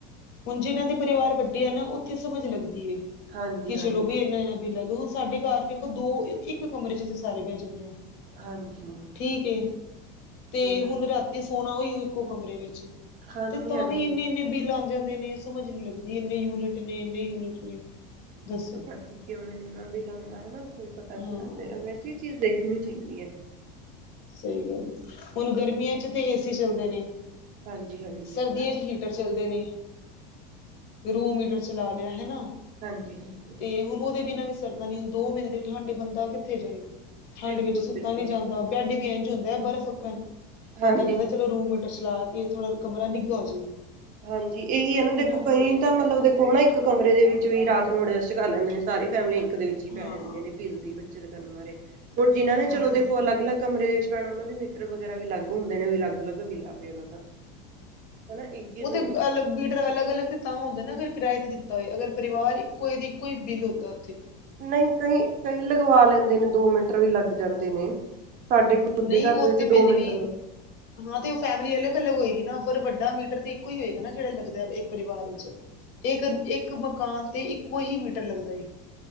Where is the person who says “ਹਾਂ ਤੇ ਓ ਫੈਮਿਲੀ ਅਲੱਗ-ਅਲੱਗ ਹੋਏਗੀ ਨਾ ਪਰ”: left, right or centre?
Left